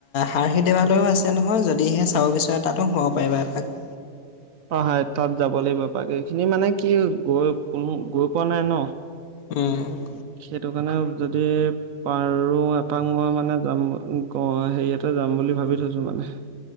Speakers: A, on the left; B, on the right.
A: হাৰহি দেৱালৈও আছে নহয় যদিহে চাব বিচাৰে তাতো সোমাব পাৰিবা এপাক।
B: <inaudible> অ হায়ত তাত যাব লাগিব এপাক। এইখিনি মানে কি গৈ কোনো গৈ পোৱা নাই ন।
A: উম
B: সেইটো কাৰণে যদি পাৰো এপাক মই মানে যাম গ হেৰিয়তে যাম বুলি ভাবি থৈছোঁ মানে।